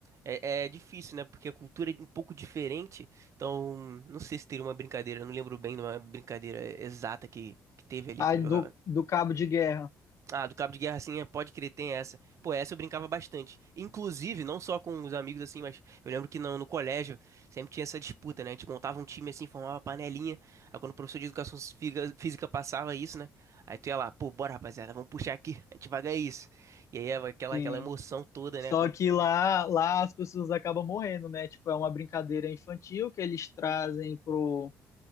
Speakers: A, on the right (about 45°); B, on the left (about 45°).
A: É, é difícil, né? Porque a cultura é um pouco diferente. Então, não sei se teria uma brincadeira. eu Não lembro bem de uma brincadeira exata que, que teve ali
B: A
A: que eu
B: do,
A: jogava.
B: do cabo de guerra.
A: Ah, do Cabo de Guerra, assim, é, pode crer, tem essa. Pô, essa eu brincava bastante. Inclusive, não só com os amigos, assim, mas eu lembro que no, no colégio sempre tinha essa disputa, né? A gente montava um time, assim, formava uma panelinha. Aí quando o professor de educação física, física passava isso, né? Aí tu ia lá, pô, bora, rapaziada, vamos puxar aqui, a gente vai ganhar isso. E aí é aquela,
B: Sim.
A: aquela emoção toda,
B: Só
A: né? Quando...
B: que lá, lá as pessoas acabam morrendo, né? Tipo, é uma brincadeira infantil que eles trazem pro,